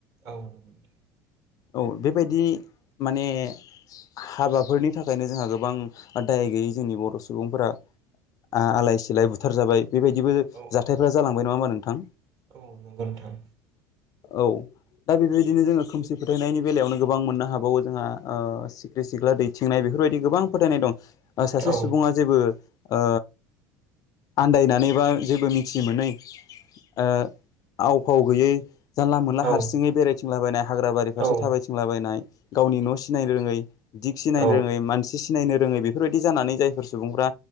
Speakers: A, on the right; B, on the left.
A: औ नोंथां।
B: औ बेबायदि माने हाबाफोरनि थाखायनो जोंहा गोबां। दाय गैयै जोंनि बर' सुबुंफोरा
A: औ
B: आलाय सिलाय बुथारजाबाय बेबायदिबो
A: औ
B: जाथायफोरा
A: औ
B: जालांबाय नङा होनबा नोंथां
A: औ नंगौ नोंथां
B: औ। दा बेबायदिनो जोङो खोमसि फोथायनायनि बेलायावनो गोबां मोननो हाबावो जोंहा ओ सिख्रि सिख्ला दैथिंनाय बे बेफोरबायदि गोबां फोथायनाय दं। सासे
A: औ
B: सुबुङा जेबो ओ आन्दायनानै बा जेबो मिथिमोनै ओ आव फाव गैयै जानला मोनला
A: औ
B: हारसिङै बेराय। थिंलाबायनाय हाग्रा बारि फारसे
A: औ
B: थाबायथिंलाबायनाय गावनि न' सिनाय रोङै। दिगसिनायनो
A: औ
B: रोङै मानसि सिनायनो रोङै बेफोरबायदि जानानै जायफोर सुबुंफ्रा